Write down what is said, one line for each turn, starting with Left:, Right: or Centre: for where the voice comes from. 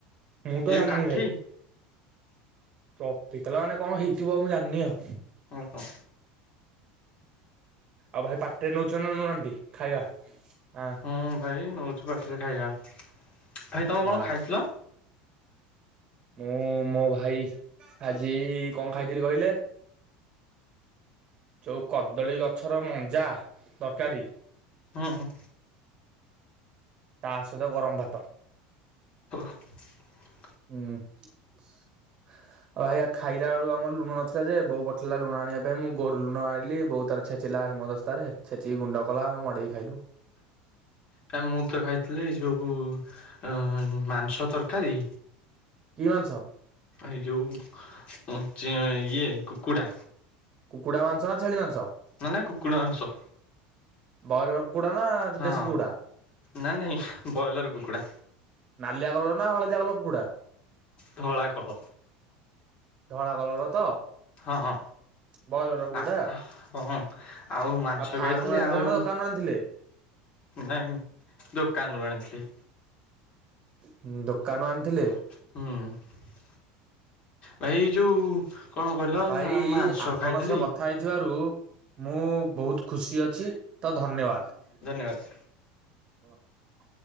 Right: ମୁଁ ତ
Left: ଏଇ ଯୋଉ
Right: ଜାଣନି
Left: କାଠି
Right: ଭାଇ। ଟ୍ରପିକାଲ ମାନେ କଣ ହେଇଥିବ ମୁଁ ଜାଣନି ଆଉ।
Left: ଅ ହ।
Right: ଆଉ ଭାଇ ପାଟିରେ ନଉଛନ୍ ନା ନଉ ନାହାନ୍ତି ଖାଇବା? ଆଁ
Left: ହଁ ଭାଇ ନଉଛୁ ପାଟିରେ ଖାଇବା। ଭାଇ ତୋମେ
Right: ବାସ୍
Left: କଣ ଖାଇଥିଲ?
Right: ମୁଁ ମୋ ଭାଇ ଆଜି କଣ ଖାଇଥିଲି କହିଲେ ଯୋଉ କଦଳୀ ଗଛର ମଞ୍ଜା ତରକାରୀ
Left: ହଁ, ହଁ।
Right: ତା ସହିତ ଗରମ ଭାତ।
Left: <inaudible>
Right: ହୁଁ। ଆଉ ଭାଇଆ ଖାଇଲା ବେଳୁ ଆମର ଲୁଣ ନଥିଲା ଯେ ବୋଉ ପଠେଇଲା ଲୁଣ ଆଣିବା ପାଇଁ ମୁଁ ଗ-ଲୁଣ ଆଣିଲି ବୋଉ ତାର ଛେଚିଲା ହେମଦସ୍ତାରେ ଛେଚିକି ଗୁଣ୍ଡ କଲା ମଡେଇ ଖାଇଲୁ।
Left: କମ ମୁଁ ତ ଖାଇଥିଲି ଯୋଉ ଅଁ, ମାଂସ ତରକାରୀ।
Right: କି ମାଂସ?
Left: ହେଇ ଯୋଉ ଉଁ, ଚେଁ ଇଏ କୁକୁଡ଼ା।
Right: କୁକୁଡ଼ା ମାଂସ ନା ଛେଳି ମାଂସ?
Left: ମାନେ କୁକୁଡ଼ା ମାଂସ।
Right: ବଏଲର କୁକୁଡା ନା ଯୋ
Left: ହଁ
Right: ଦେଶୀ କୁକୁଡା?
Left: ନା ନାଇଁ ବ୍ରଏଲର କୁକୁଡ଼ା
Right: ନାଲିଆ କଲର୍ ନା ହଳଦିଆ କଲର୍ କୁକୁଡ଼ା?
Left: ଧଳା କଲ
Right: ଧଳା କଲର୍ ର ତ?
Left: ହଁ,
Right: ବଏଲର କୁକୁଡା
Left: ଆ, ହଁ। ଆଉ ମାଂସ
Right: ଫାର୍ମରୁ
Left: ଖାଇଥିଲି।
Right: ଆଣିଥିଲେ
Left: ଆଉ
Right: ନା ଦୋକାନରୁ ଆଣିଥିଲେ
Left: ନାଇଁ। ଦୋକାନରୁ ଆଣିଥିଲି।
Right: ହୁଁ, ଦୋକାନ ଆଣିଥିଲେ?
Left: ହୁଁ। ଭାଇ ଏ ଯୋଉ କଣ କହିଲ
Right: ଭାଇ
Left: ନା ମାଂସ
Right: ଆପଣ
Left: ଖାଇଥିଲି
Right: ସହ କଥା ହେଇଥିବାରୁ ମୁଁ ବହୁତ ଖୁସି ଅଛି ତ ଧନ୍ୟବାଦ୍। <unintelligible>
Left: ଧନ୍ୟବାଦ।